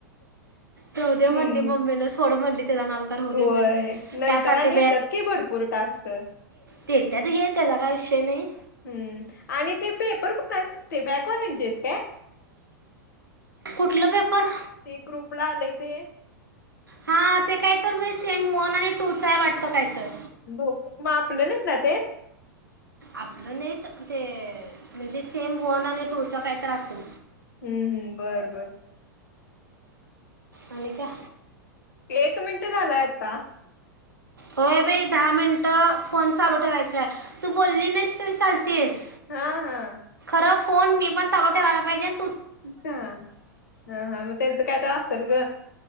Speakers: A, on the right; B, on the left.
A: राहूदे
B: हम्म
A: म्हणली मम्मिन सोड म्हणली त्याचा नाद आता राहू
B: होय
A: दे म्हणली.
B: नंतर
A: त्यासाठी
B: आणि येत्यात कि भरपूर टास्क.
A: ते येत्यात घे त्याचा काय विषय नाही.
B: हम्म आणि ते पेपर कुणाचे आहेत ते बॅकवाल्यानचे आहेत काय?
A: कुठलं पेपर?
B: ते ग्रुपला आलंय ते.
A: हा ते काय तर सेम वन आणि टू च आहे वाटतं काय तर.
B: बहुतेक मग आपलं नाही ना ते?
A: आपलं नाहीत ते म्हणजे सेम वन आणि टू च काहीतर असल.
B: हम्म, हम्म, बरं, बर.
A: आणि काय?
B: एक मिनट झालाय आता.
A: होय बाई दहा मिनटं फोन चालू ठेवायचाय तू बोलली नाहीस तरी चालतीस.
B: हां, हां.
A: फोन मी पण चालू ठेवायला पाहिजेल.
B: अच्छ, हा हा मग त्यांचं काय तर असेल ग.